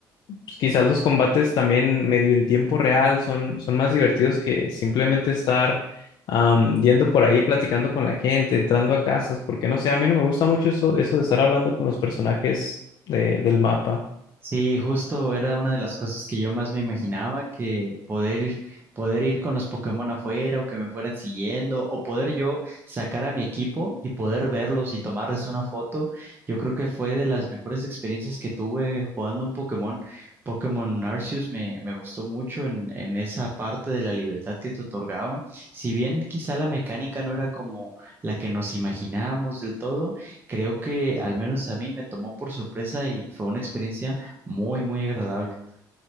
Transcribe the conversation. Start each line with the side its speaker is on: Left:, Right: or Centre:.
Left: pues, quizás los combates también medio en tiempo real son, son más divertidos que simplemente estar am, yendo por ahí platicando con la gente, entrando a casas, porque no sé, a mí no me gusta mucho eso, eso de estar hablando con los personajes de- del mapa.
Right: Sí, justo era una de las cosas que yo más me imaginaba, que poder ir, poder ir con los Pokémon afuera o que me fueran siguiendo o poder yo sacar a mi equipo y poder verlos y tomarles una foto. Yo creo que fue de las mejores experiencias que tuve jugando un Pokémon. Pokémon Arceus me, me gustó mucho en, en esa parte de la libertad que te otorgaba. Si bien quizá la mecánica no era como la que nos imaginábamos del todo, creo que al menos a mí me tomó por sorpresa y fue una experiencia muy, muy agradable.